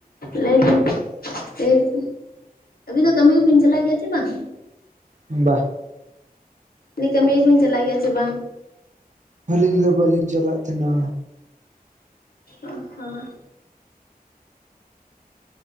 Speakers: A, on the left; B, on the right.
A: ᱞᱟᱹᱭ <unintelligible> ᱟᱹᱵᱤᱱ ᱫᱚ ᱠᱟᱹᱢᱤ ᱠᱚᱵᱤᱱ ᱪᱟᱞᱟᱜ ᱜᱮᱭᱟ ᱥᱮ ᱵᱟᱝ?
B: ᱵᱟᱦ᱾
A: ᱞᱮ ᱠᱟᱹᱢᱤ ᱵᱤᱱ ᱪᱟᱞᱟᱜ ᱜᱮᱭᱟ ᱪᱮ ᱵᱟᱝ?
B: ᱟᱹᱞᱤᱧ ᱫᱚ ᱵᱟᱹᱞᱤᱧ ᱪᱟᱞᱟᱜ ᱛᱟᱦᱮᱱᱟ᱾
A: ᱚ ᱦᱚᱸ